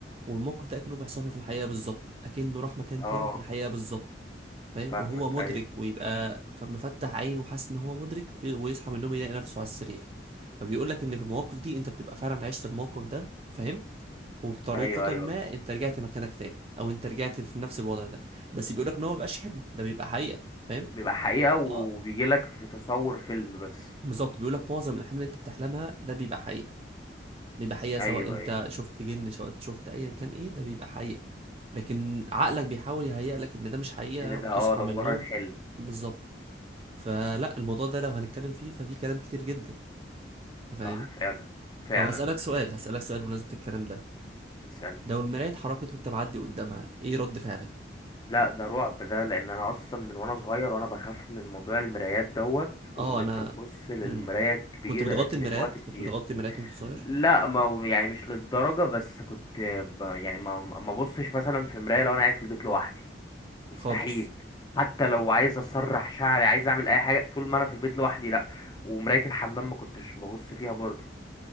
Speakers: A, on the right (about 30°); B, on the left (about 20°).
A: والموقف ده اكنه بيحصل له في الحقيقه بالظبط اكنه راح مكان
B: اه
A: تاني في الحقيقه بالظبط فاهم
B: فاهمك
A: وهو مدرك
B: ايوه
A: ويبقى فمفتح عين وحاسس ان هو مدرك ويصحى من النوم يلاقي نفسه على السرير فبيقول لك ان في المواقف دي انت بتبقى فعلا عشت الموقف ده فاهم وبطريقة
B: ايوه ايوه
A: ما انت رجعت مكانك تاني او انت رجعت في نفس الوضع ده بس بيقول لك ان هو مبيبقاش حلم ده بيبقى حقيقة فاهم
B: بيبقى حقيقة وبيجيلك
A: اه
B: في تصور فيلم بس
A: بالظبط بيقول لك معظم الاحلام اللي انت بتحلمها ده بيبقى حقيقة بيبقى حقيقة
B: ايوه
A: سواء انت
B: ايوه
A: شفت جن سواء انت شفت ايا كان ايه ده بيبقى حقيقة لكن عقلك بيحاول يهيئ لك ان ده مش حقيقة
B: ان
A: وتصحى
B: ده اه ده
A: من
B: مجرد
A: النوم
B: حلم
A: بالظبط فلا الموضوع ده لو هنتكلم فيه ففي كلام كتير جدا انت فاهم
B: صح فعلا فعلا
A: طب هسألك سؤال هسألك سؤال بمناسبة الكلام ده
B: مثلا
A: لو المراية اتحركت وانت معدي قدامها ايه رد فعلك
B: لا ده رعب ده لان انا اصلا من وانا صغير وانا بخاف من موضوع المرايات دوت وان
A: اه انا
B: انت تبص للمراية
A: مم.
B: كبير
A: كنت بتغطي
B: ك-
A: المرايات
B: وقت كتير
A: كنت بتغطي المرايات وانت صغير
B: لا ما هو يعني مش للدرجة بس كنت ب... يعني ما ما بصش مثلا في مراية لو انا قاعد في البيت لوحدي مستحيل
A: خالص
B: حتى لو عايز اسرح شعري عايز اعمل اي حاجه طول ما انا في البيت لوحدي لا ومرايه الحمام ما كنتش ببص فيها برضه